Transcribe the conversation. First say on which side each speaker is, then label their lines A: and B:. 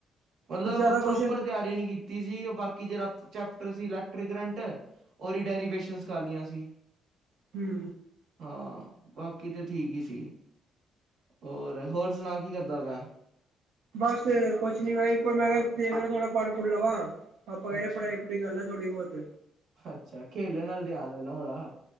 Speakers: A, on the right; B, on the right.
A: ਮਤਲਬ,
B: ਤੇ ਜ਼ਿਆਦਾ ਕੁਸ਼ਚਨ
A: ਪ੍ਰੋਪਰ ਤਿਆਰੀ ਨੀ ਕੀਤੀ ਸੀ, ਬਾਕੀ ਜਿਹੜਾ ਚੈਪਟਰ ਸੀ ਟਰੀ ਗਰੰਟ, ਓਰੀ ਡੈਰੀਵੇਸ਼ਨਸ ਕਰ ਲੀਆਂ ਸੀ।
B: ਹੂੰ।
A: ਹਾਂ, ਬਾਕੀ ਤੇ ਠੀਕ ਹੀ ਸੀ। ਹੋਰ, ਹੋਰ, ਸੁਣਾ ਕੀ ਕਰਦਾ ਪੇਂਆ।
B: ਬੱਸ ਕੁਛ ਨੀ, ਮੈਂ ਕਿਹਾ ਦੇਖ ਲਾਂਗੇ ਥੋੜਾ ਪੜ- ਪੁੜ ਲਵਾ, ਪਾਪਾ ਕਿਹਰੇ
A: ਅੱਛਾ
B: ਪੜਾਈ ਪੜੂ ਈ ਕਰ ਲੈ ਥੋੜੀ ਬਹੁਤ।
A: ਅੱਛਾ, ਖੇਲਣ ਨਲ ਧਿਆਨ ਹੇ ਨਾ ਬੜਾ।